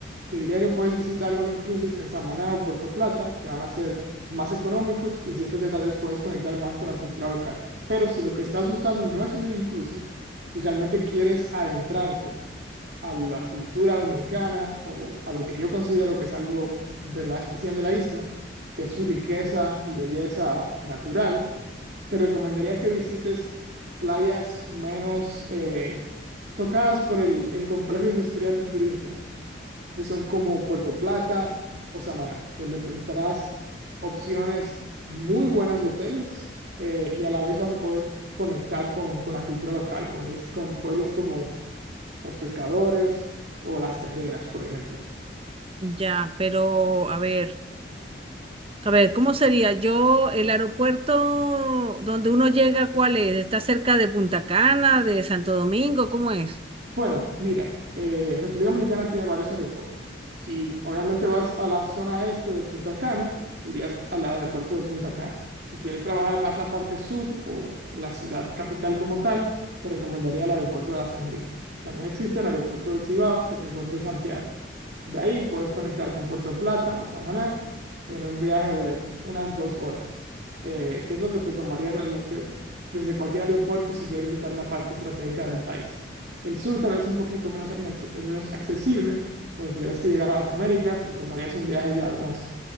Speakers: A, on the right; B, on the right.
A: Te diría que puedes visitar all inclusives en Samaná o Puerto Plata, que van a ser más económicos y siento que tal vez puedes conectar más con la cultura local. Pero si lo que estás buscando no es un all inclusive y realmente quieres adentrarte a la cultura dominicana o a lo que yo considero que es algo de verdad especial de la isla, que es su riqueza y belleza natural, te recomendaría que visites playas menos eh, tocadas por el, el complejo <laughs> industrial de turistas, que son como Puerto Plata o Samaná, donde encontrarás opciones muy buenas de hoteles eh, y a la vez vas a poder conectar con, con la cultura local, con, is- con pueblos como los pescadores o las terrenas, por ejemplo.
B: Ya, pero a ver, a ver, ¿cómo sería? Yo, el aeropuerto donde uno llega, ¿cuál es? ¿Está cerca de Punta Cana, de Santo Domingo? ¿Cómo es?
A: Bueno, mira, eh, República Dominicana tiene varios aeropuertos. Si obviamente vas a la zona este de Punta Cana, irías al aeropuerto de Punta Cana. Si quieres trabajar más la parte sur o la ciudad capital como tal, te recomendaría el aeropuerto de las Américas. También existe el aeropuerto del Cibao, que se encuentra en Santiago. De ahí puedes conectar con Puerto Plata o Samaná en un viaje de unas dos horas, eh, que es lo que te tomaría realmente desde cualquier aeropuerto si quieres visitar una parte estratégica del país. El sur tal vez un poquito menos, inex- eh, menos accesible, donde tuvieras que llegar a las Américas y tomarías un viaje ya de unas